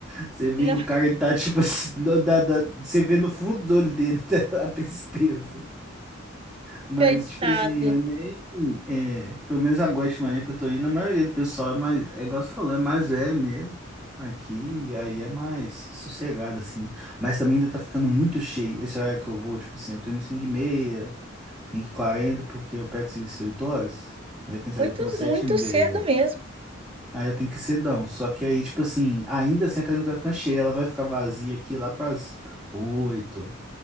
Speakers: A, in the centre; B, on the right.
A: Você vê
B: Não,
A: que
B: <laughs>
A: o cara ele tá, tipo assim, <laughs> da, da, da- você vê no fundo do olho dele <laughs> tá a tristeza. Mas,
B: coitado.
A: tipo assim, eu nem. é, pelo menos agora de manhã que eu tô indo, a maioria do pessoal é mais. É igual você falou, é mais velho mesmo. Aqui, e aí é mais sossegado, assim. Mas também ainda tá ficando muito cheio. Esse horário que eu vou, tipo assim, eu tô indo 5 h meia 5 h quarenta porque eu pego serviço 8 horas. Eu tenho que sair
B: Muito,
A: daqui umas sete
B: muito
A: h 30
B: cedo mesmo.
A: Aí eu tenho que ir cedão. Só que aí, tipo assim, ainda assim a academia tá ficando cheia. Ela vai ficar vazia aqui lá pras oito